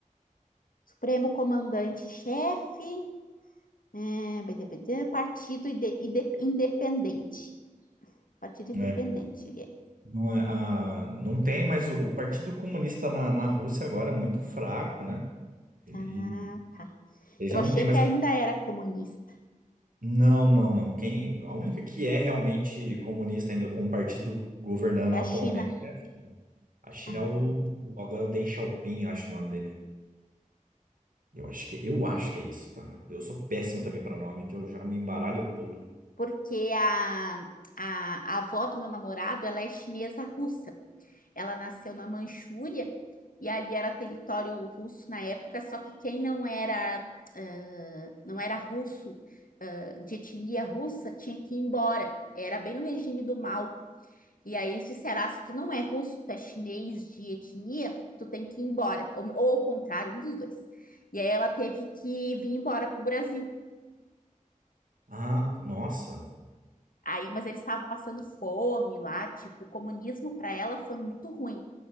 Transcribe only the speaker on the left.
Supremo Comandante-Chefe. é, BDBD, partido ide- ide- Independente. Partido Independente
ele é.
Ah, tá.
Eu
achei
que ainda
era comunista.
É
a China.
Ah,
porque a, a, a avó do meu namorado, ela é chinesa russa. Ela nasceu na Manchúria e ali era território russo na época, só que quem não era, ah, não era russo, ah, de etnia russa, tinha que ir embora. Era bem no regime do Mao. E aí eles disseram: ah, se tu não é russo, tu é chinês de etnia, tu tem que ir embora. Ou, ou ao contrário, um dos dois. E aí ela teve que vir embora pro Brasil.
Aí, mas eles estavam passando fome lá, tipo, o comunismo para ela foi muito ruim.